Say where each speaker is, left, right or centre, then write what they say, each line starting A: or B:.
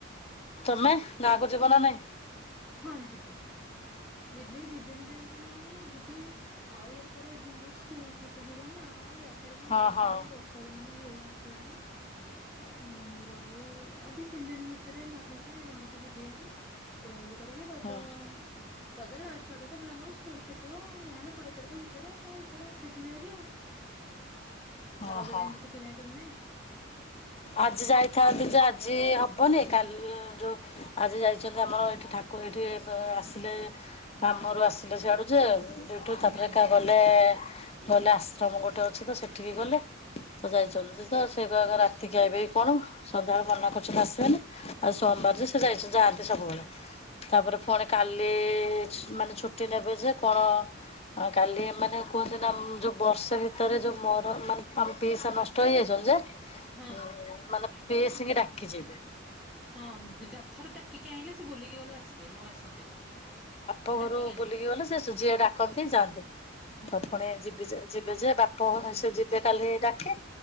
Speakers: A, on the left (about 30°); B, in the centre.
A: ତମେ ଗାଁକୁ ଯିବ ନା ନାଇଁ
B: ହଁ ଯିବି ଯିବି ଦି ଦିନ ପାଇଁକା ନହେଲେ ଯିବି ଆଉ ୟା ପରେ ଝିଅର ସ୍କୁଲ ଫିଟିଯିବ ନା ଆଉ ଯାଇପାରିବି ନ
A: ହଁ
B: ଯାଇ
A: ହଁ
B: ପାରିବି ବ ର୍ଷା ଦିନ ବି ହେଇ ଆସିଲାଣି ଆଉ ରହି ଆଉ ଦି ତିନି ଦିନ ଭି ତରେ ମୁଁ ଭାବିଛି ଘରକୁ ଯିବି ହାରି ବୁଲାବୁଲି କରିକି ରଜ
A: ହଁ
B: ରଜ ଲାଷ୍ଟ ଆଡକୁ ତ ପିଲାଙ୍କର ସ୍କୁଲ ଫିଟିବ ଯାହାହେଲେ କୋଡିଏ ତାରିଖ ଭିତରେ ତା ଭିତରେ ଆସିଥିବି ହାରି ଆଉ
A: ହଁ
B: ଆଉ ରଜ
A: ହଁ
B: ପାଇଁ କିଛି କିଣାକିଣିି ନାହିଁ
A: ଆଜି ଯାଇଥାନ୍ତୁ ଯେ ଆଜି ହବନି କାଲି ଯୋଉ ଆଜି ଯାଇଛନ୍ତି ଆମର ଏଇଠି ଠାକୁ ଏଇଠି ଆସିଲେ କାମରୁ ଆସିଲେ ସିଆଡୁ ଯେ ଏଠୁ ତାପରେ
B: ହୁଁ
A: ଏକା ଗଲେ ଗଲେ ଆଶ୍ରମ ଗୋଟେ ଅଛି ତ ସେଠିକି ଗଲେ ତ ଯାଇଛନ୍ତି ତ ସେଗୁଡାକ ରାତିକି ଆଇବେ କଣ ସଦାବେଳେ ମନା କରୁଛନ୍ତି ଆସିବେନି ଆଉ ସୋମବାର
B: ହୁଁ
A: ସେ ଯାଇଛ ଯାଆନ୍ତି ସବୁବେଳେ ତାପରେ ପୁଣି କାଲି ଛୁ ମାନେ ଛୁଟି ନେବେ ଯେ କଣ ହଁ କାଲି ଏ ମାନେ କୁହନ୍ତି ନା ଯୋଉ ବର୍ଷେ ଭିତରେ ଯୋଉ ମର ମାନେ ଆମ ପିଇସା ନଷ୍ଟ ହେଇଯାଇଛନ୍ତି ଯେ
B: ହଁ।
A: ମାନେ ପିଇସି ଙ୍କି ଡାକି ଯିବେ
B: ହଁ ଥରେ ଡାକିକି ଆଣିଲେ ସେ ବୁଲିକି ଗଲେ ଆସିବେ ନହେଲେ ଆସନ୍ତିନି
A: ପ ଘରୁ
B: ଡାକିକି ଆଣନ୍ତି।
A: ବୁଲିକି ଗଲେ ସେ ସୁଝିଆ ଡାକନ୍ତିି ଯାଆନ୍ତି
B: ହଁ
A: ଫୁଣି ଯିବି ଯିବେ ଯେ ବାପ ଘରେ ସେ ଯିବେ କାଲି ଡାକି